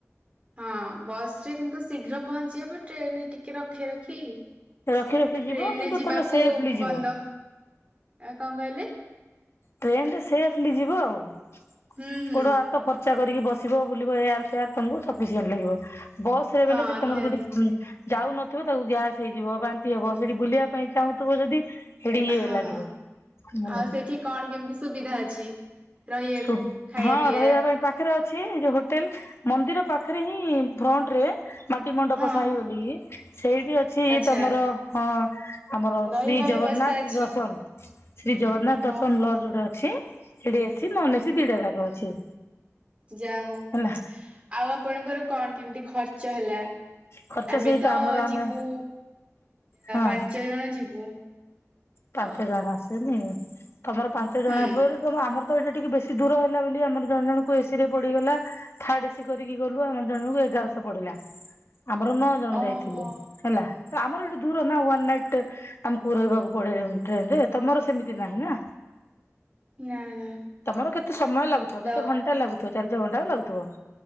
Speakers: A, on the right; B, on the left.
A: ହଁ ବସ ରେ କିନ୍ତୁ ଶୀଘ୍ର ପହଞ୍ଚି ହେବ ଟ୍ରେନରେ ଟିକେ ରଖି ରଖି।
B: ରଖି ରଖି
A: କିନ୍ତୁ ଟ୍ରେନରେ
B: ଯିବ କିନ୍ତୁ
A: ଯିବାକୁ
B: ତମେ ସେଫଲି ଯିବ
A: ବନ୍ଦ ଆଉ କଣ କହିଲେ।
B: ଟ୍ରେନ୍ ରେ ସେଫ୍ ଲି ଜିବା ଆଉ ଗୋଡ଼,
A: ହୁଁ ହୁଁ
B: ହାତ। ଫର୍ଚା କରିକି ବସିବ, ବୁଲିବ, ଏୟାର, ଫେୟାର, ତମକୁ ସଫି ସିଏଣ୍ଟ ଲାଗିବ। ବସ ରେ
A: ହଁ
B: ବୋଇଲେ ଯେ
A: ନିହାତି।
B: ତମର ଯଦି ଯାଉନଥିବ ତାକୁ ଗ୍ୟାସ ହେଇଯିବ, ବାନ୍ତି ହେବ, ସେଠି ବୁଲିବା ପାଇଁ ଚାହୁଁଥିବ ଯଦି ହେଡିି ଇଏ
A: ହଁ
B: ଲାଗିବ ହେଲା,
A: ଆଉ
B: ଉଁ।
A: ସେଠି କଣ କେମିତି ସୁବିଧା ଅଛି। ରହିବାକୁ
B: ସୁବ୍,
A: ଖାଇବା
B: ହଁ
A: ପିଇବା
B: ରହିବା ପାଇଁ ପାଖରେ ଅ ଅଛି ଯେ ହୋଟେଲ ମନ୍ଦିର ପାଖରେ ହିଁ ଫ୍ରଣ୍ଟ ରେ ମାଟି ମଣ୍ଡପ
A: ହଁ
B: ସାହିବୋଲି। ସେଇଠି ଅଛି
A: ଆଚ୍ଛା
B: ତମର ହଁ ଆମର
A: ରହିବା
B: ଶ୍ରୀ
A: ବ୍ୟବସ୍ଥା
B: ଜଗନ୍ନାଥ
A: ଅଛି।
B: ଦର୍ଶନ। ଶ୍ରୀ ଜଗନ୍ନାଥ ଦର୍ଶନ
A: ଓହୋ
B: ଲଜ୍ ଯୋଉ ଟା ଅଛି। ସେଠି ଏସି, ନନ୍ ଏସି, ଦିଟା ଯାକ ଅଛି।
A: ଯା ହଉ
B: ହେଲା
A: ଆଉ ଆପଣଙ୍କର କଣ କେମିତି ଖର୍ଚ୍ଚ ହେଲା।
B: ଖର୍ଚ୍ଚ
A: ଆମେ
B: ସହିତ
A: ତ
B: ଆମର ଆମେ
A: ଯିବୁ
B: ହଁ
A: ପାଞ୍ଚ ଜଣ ଯିବୁ। ତ
B: ପାଞ୍ଚ ଜଣ ଆସେନି ତମର ପାଞ୍ଚ
A: ହୁଁ
B: ଜଣ ଆସିବ। ତ ଆମର ତ ଏଇଟା ଟିକେ ବେଶୀ ଦୂର ହେଲା ବୋଲି ଆମର ଜଣେ ଜଣଙ୍କୁ ଏସି ରେ ପଡିଗଲା ଥାର୍ଡ ଏ ସି କରିକି ଗଲୁ ଆମର ଜଣକୁ ଏଗାରଶହ ପଡ଼ିଲା ଆମର ନଅ ଜଣ
A: ଓହୋ
B: ଯାଇଥିଲେ ହେଲା ତ ଆମର ଏଠି ଦୂର ନା ୱନ୍ ନାଇଟ ଆମକୁ ରହିବାକୁ ପଡ଼େ ଟ୍ରେନ ରେ ତମର ସେମିତି ନାହିଁ ନା
A: ନା ନା
B: ତମର କେତେ ସମୟ ଲାଗୁଥିବ
A: ତ
B: କେତେ ଘଣ୍ଟା ଲାଗୁଥିବ ଚାରି ଛଅ ଘଣ୍ଟା ର ଲାଗୁଥିବ।